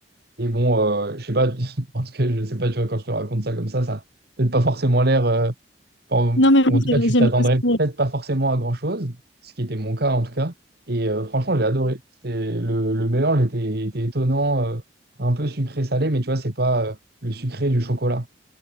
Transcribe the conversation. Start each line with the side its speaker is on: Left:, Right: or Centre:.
Right: Et bon, euh, je sais pas, <laughs> parce que je sais pas, tu vois, quand je te raconte ça comme ça, ça n'a peut-être pas forcément l'air euh, Enfin,
Left: Non mais moi,
Right: ou en tout
Left: j'ai-
Right: cas, tu
Left: j'aime
Right: t'attendrais
Left: bien aussi.
Right: peut-être pas forcément à grand-chose, ce qui était mon cas en tout cas. Et euh, franchement, j'ai adoré. C'était le, le mélange était, était étonnant, euh, un peu sucré-salé, mais tu vois, c'est pas euh, le sucré du chocolat.